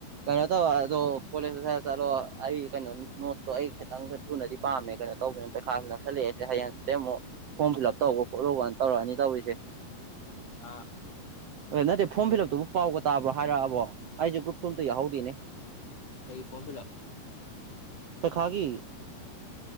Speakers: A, on the right (about 80°); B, on the left (about 50°).
A: ꯀꯩꯅꯣ ꯇꯧ ꯑꯗꯣ ꯀꯣꯂꯦꯖ ꯆꯠꯂꯣ ꯑꯩ ꯀꯩꯅꯣ ꯅꯣꯠꯇꯣ ꯑꯩ ꯈꯤꯇꯪ ꯊꯨꯅꯗꯤ ꯄꯥꯝꯃꯦ ꯀꯩꯅꯣ ꯇꯧꯕꯅꯦꯅ ꯄꯩꯈꯥꯁꯤ ꯅꯛꯁꯤꯜꯛꯦꯁꯦ ꯍꯌꯦꯡꯁꯤꯦ ꯑꯃꯨꯛ ꯐꯣꯔꯝ ꯐꯤꯜ ꯑꯞ ꯇꯧꯕ ꯈꯣꯠꯂꯨꯕꯅ ꯇꯧꯔꯛꯑꯅꯤ ꯇꯧꯔꯤꯁꯦ
B: ꯑꯥ
A: ꯑ ꯅꯠꯇꯦ ꯐꯣꯔꯝ ꯐꯤꯜ ꯑꯞꯇꯨꯕꯨ ꯄꯥꯎꯒ ꯇꯥꯕ꯭ꯔꯣ ꯍꯥꯏꯔꯛꯑꯕꯣ ꯑꯩꯁꯦ ꯒ꯭ꯔꯨꯞ ꯐꯣꯝꯇ ꯌꯥꯍꯧꯗꯦꯅꯦ
B: ꯑꯩ ꯐꯣꯔꯝ ꯐꯤꯂꯞ
A: ꯄꯈꯥꯒꯤ